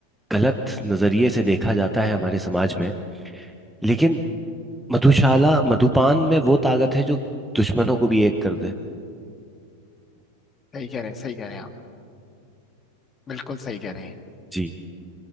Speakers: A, in the centre; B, on the left.
A: गलत नजरिए से देखा जाता है हमारे समाज में लेकिन मधुशाला मधुपान में वो ताकत है जो दुश्मनों को भी एक कर दे
B: सही कह रहे हैं सही कह रहे हैं आप बिल्कुल सही कह रहे हैं
A: जी